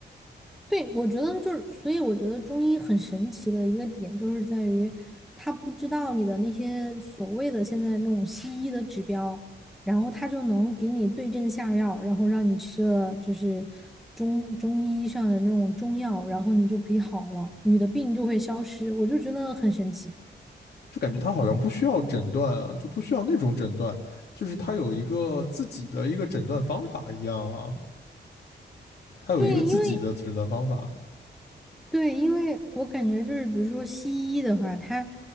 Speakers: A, in the centre; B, on the left.
A: 对，我觉得就是，所以我觉得中医很神奇的一个点就是在于，他不知道你的那些所谓的现在那种西医的指标，然后他就能给你对症下药，然后让你吃了就是中中医上的那种中药，然后你就可以好了，你的病就会消失。我就觉得很神奇。
B: 就感觉他好像不需要诊断啊，就不需要那种诊断，就是他有一个自己的一个诊断方法一样啊，他有一个自己的诊断方法。
A: 对，因为对，因为我感觉就是，比如说西医的话，它